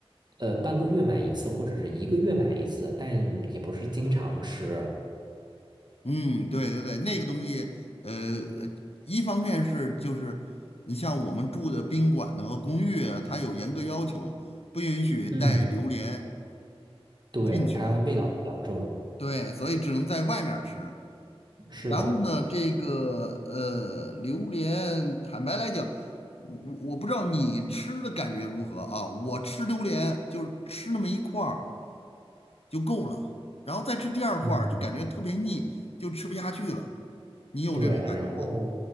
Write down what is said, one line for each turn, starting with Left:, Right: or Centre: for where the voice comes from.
Right: 呃半个月买一次，或者是一个月买一次，但也不是经常吃。
Left: 嗯，对对对，那个东西，呃，呃一方面是就是你像我们住的宾馆呢和公寓啊它有严格要求，不允许带榴莲
Right: 嗯，对，
Left: 进去，
Right: 它味道比较重。
Left: 对，所以只能在外面儿吃。
Right: 是的，
Left: 然后呢，这个呃，榴莲，坦白来讲，我我不知道你吃的感觉如何啊？我吃榴莲就是吃那么一块儿。就够了。然后再吃第二块儿，
Right: 嗯，
Left: 就感觉特别腻，就吃不下去了。你有这种感觉吗？
Right: 对，然后